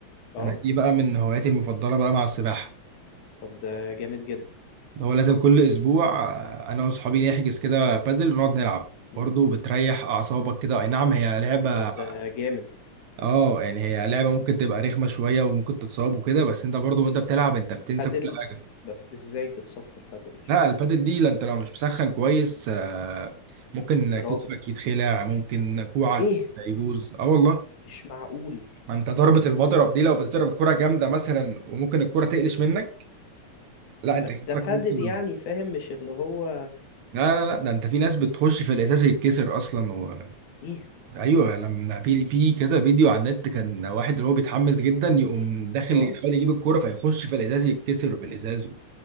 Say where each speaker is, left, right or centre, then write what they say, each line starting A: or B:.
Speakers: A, on the left; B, on the right.
A: اه
B: انا دي بقى من هواياتي المفضلة بقى مع السباحة
A: طب ده جامد جدا
B: اللي هو لازم كل اسبوع آه، انا واصحابي نحجز كده بادل ونقعد نلعب
A: مم.
B: برضو بتريح اعصابك كده اي نعم هي لعبة
A: طب ده جامد
B: اه يعني هي لعبه ممكن تبقى رخمه شويه وممكن تتصاب وكده بس انت برضو وانت بتلعب انت بتنسى
A: بادل
B: كل حاجه
A: بس ازاي تتصفر بادل مش
B: لا
A: فاهم
B: البادل دي لا انت لو مش مسخن كويس آه، ممكن
A: يا
B: كتفك
A: راجل
B: يتخلع ممكن كوعك
A: ايه
B: يبوظ اه والله
A: مش معقول
B: ما انت ضربه المضرب دي لو بتضرب كره جامده مثلا وممكن الكره تقلش منك لا انت
A: بس
B: كتفك
A: ده بادل
B: ممكن
A: يعني فاهم مش اللي هو
B: لا لا لا ده انت في ناس بتخش في الاساس يتكسر اصلا و...
A: ايه
B: ايوه لما في في كذا فيديو على النت كان واحد اللي هو بيتحمس جدا يقوم داخل
A: اه
B: يحاول يجيب الكوره فيخش في الازاز يتكسر في الازاز